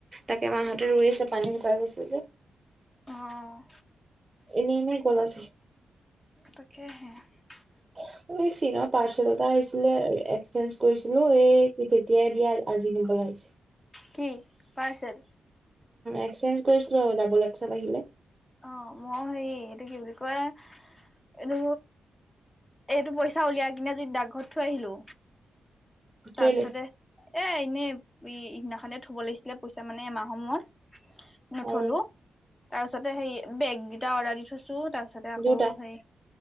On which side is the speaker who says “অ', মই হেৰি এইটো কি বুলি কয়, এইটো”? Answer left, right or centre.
Left